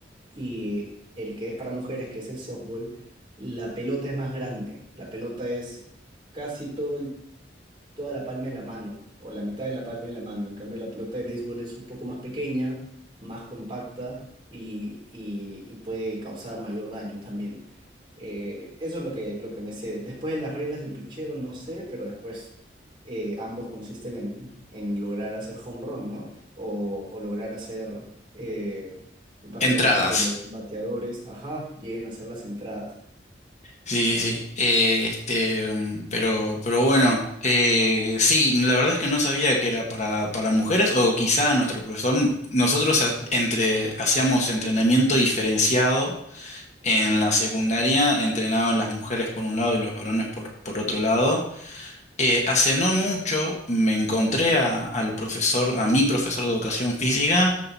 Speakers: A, on the right; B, on the left.
A: y el que es para mujeres, que es el softball, la pelota es más grande. La pelota es casi todo el toda la palma de la mano o la mitad de la palma de la mano. En cambio, la pelota de béisbol es un poco más pequeña, más compacta y, y- y puede causar mayor daño también. Eh, eso es lo que, lo que me sé. Después de las reglas del pitcheo, no sé, pero después eh, ambos consisten en, en lograr hacer home run, ¿no? O, o lograr hacer eh, básicamente
B: Entradas.
A: que los bateadores, ajá, lleguen a hacer las entradas.
B: Sí, sí, sí. Eh, este, mm, pero, pero bueno, eh, sí, la verdad es que no sabía que era para, para mujeres, o quizá nuestro profesor, nosotros ha- entre, hacíamos entrenamiento diferenciado en la secundaria, entrenaban las mujeres por un lado y los varones por, por otro lado. Eh, hace no mucho me encontré a- al profesor, a mi profesor de educación física,